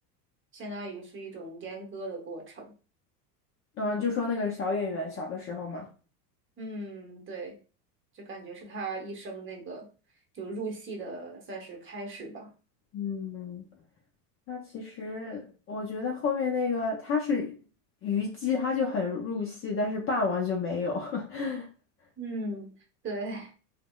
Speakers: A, on the right; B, on the left.
A: 相当于是一种阉割的过程。
B: 嗯，就说那个小演员小的时候嘛，
A: 嗯，对。就感觉是他一生那个就入戏的算是开始吧。
B: 嗯。它其实我觉得后面那个他是虞姬，他就很入戏，但是霸王就没有。<laughs>
A: 嗯对，